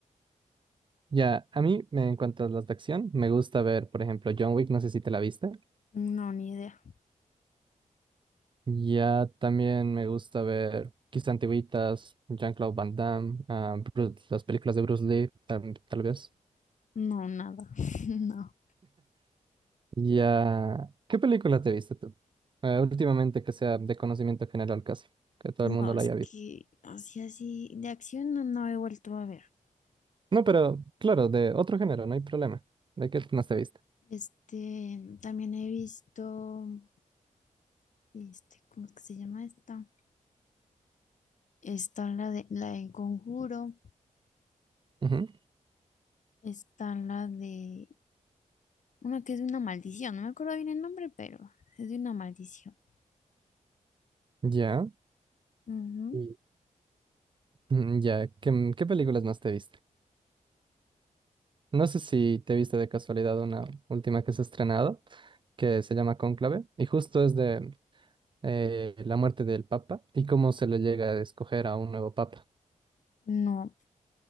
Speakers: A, on the right; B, on the left.
A: <laughs> ya, a mí, me- en cuanto a las de acción, me gusta ver, por ejemplo, John Wick, no sé si te la viste.
B: No, ni idea.
A: Ya también me gusta ver quizá antiguitas, Jean-Claude Van Damme, ah, Bruce- las películas de Bruce Lee, tam- tal vez.
B: No, nada. <laughs> No.
A: Ya, ¿qué película te viste tú? Eh, últimamente que sea de conocimiento general casi, que todo
B: No,
A: el mundo la
B: es
A: haya visto.
B: que así, así, de acción no, no he vuelto a ver.
A: No, pero claro, de otro género, no hay problema. ¿De qué más te viste?
B: Este, también he visto, este, ¿cómo es que se llama esta? Está la de, la de Conjuro,
A: Ujú,
B: está la de, una que es de una maldición, no me acuerdo bien el nombre, pero es de una maldición.
A: Ya,
B: Ujú.
A: Y- mm, ya, ¿qué, qué películas más te viste? No sé si te viste de casualidad una última que se ha estrenado, que se llama Cónclave, y justo es de eh, la muerte del Papa y cómo se le llega a escoger a un nuevo Papa.
B: No,